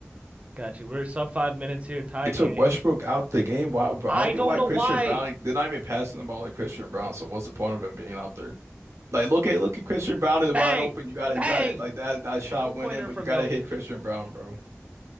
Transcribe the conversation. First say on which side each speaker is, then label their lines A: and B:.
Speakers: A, on the right; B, on the right.
A: Got you. We're sub five minutes here, tie
B: It
A: game.
B: took Westbrook out the game. Why, bro?
A: I
B: I don't get
A: don't
B: why
A: know
B: Christian
A: why.
B: Brown, they're not even passing the ball like Christian Brown. So what's the point of him being out there? Like look at look at Christian Brown is wide
A: Bang,
B: open. You gotta
A: bang,
B: you gotta like that that shot
A: two pointer
B: went in, but
A: from
B: you gotta
A: Jokic.
B: hit Christian Brown, bro.